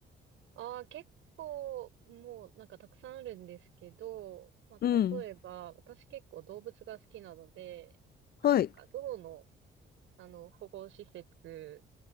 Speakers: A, on the right (about 80°); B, on the left (about 50°).
A: ああ、結構、もうなんかたくさんあるんですけど、まあ、
B: うん。
A: 例えば、私結構動物が好きなので、あ、
B: はい。
A: なんかゾウの、あの、保護施設